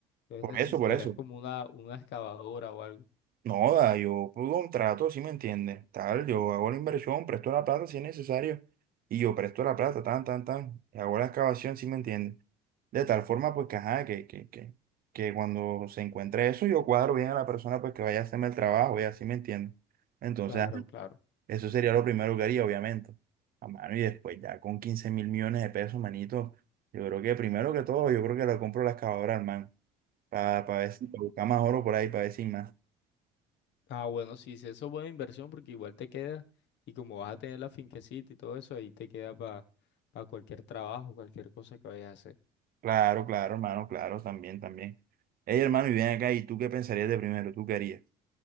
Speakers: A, on the left; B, on the right.
A: Entonces
B: Por
A: necesitarías
B: eso, por eso.
A: como una, una excavadora o algo.
B: No, da, yo por contrato, ¿sí me entiendes? Tal, yo hago la inversión, presto la plata si es necesario. Y yo presto la plata, tan, tan, tan. y hago la excavación, ¿sí me entiendes? De tal forma, pues, que, ajá, que, que, que, que cuando se encuentre eso, yo cuadro bien a la persona, pues, que vaya a hacerme el trabajo, ya, ¿sí me entiendes? Entonces,
A: Claro, claro.
B: Eso sería lo primero que haría, obviamente. A mano y después ya con quince mil millones de pesos, manito. Yo creo que primero que todo, yo creo que le compro la excavadora al man. Para ver si, pa buscar más oro por ahí, para ver si hay más.
A: Ah, bueno, sí, sí, eso es buena inversión porque igual te queda y como vas a tener la finquecita y todo eso, ahí te queda para cualquier trabajo, cualquier cosa que vayas a hacer.
B: Claro, claro, hermano, claro, también, también. Ey, hermano, y ven acá, ¿y tú qué pensarías de primero? ¿Tú qué harías?